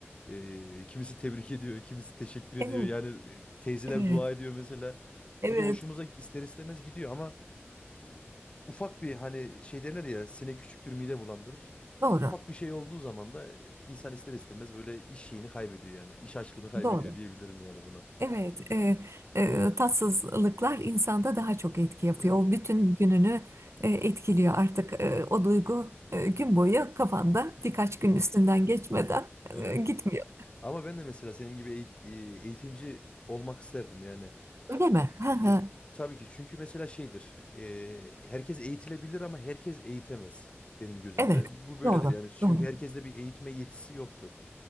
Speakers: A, on the left; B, on the right.
A: Ee, kimisi tebrik ediyor, kimisi teşekkür ediyor.
B: Evet.
A: Yani e, teyzeler
B: Evet.
A: dua ediyor mesela.
B: Evet.
A: Bu da hoşumuza ister istemez gidiyor ama e, ufak bir hani şey derler ya sinek küçüktür mide bulandırır.
B: Doğru.
A: Ufak bir şey olduğu zaman da insan ister istemez böyle iş şeyini kaybediyor yani. İş aşkını kaybediyor
B: Doğru.
A: diyebilirim yani buna.
B: Evet, e, e, tatsızlıklar insanda daha çok etki yapıyor.
A: Evet.
B: O bütün gününü e, etkiliyor artık. E, o duygu e, gün boyu kafanda
A: <laughs>
B: birkaç gün üstünden geçmeden
A: Evet.
B: e, gitmiyor.
A: Ama ben de mesela senin gibi eğit- e, eğitimci olmak isterdim yani.
B: Öyle mi? Hı hı.
A: E, tabii ki çünkü mesela şeydir. e, herkes eğitilebilir ama herkes eğitemez benim gözümde.
B: Evet,
A: Bu böyledir
B: doğru,
A: yani. Çünkü
B: doğru.
A: herkeste bir eğitme yetisi yoktur.